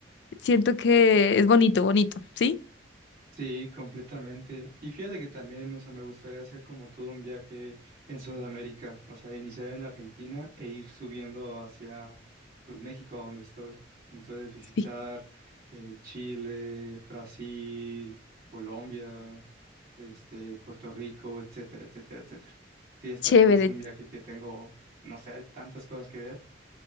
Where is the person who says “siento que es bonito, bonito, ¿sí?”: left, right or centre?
Left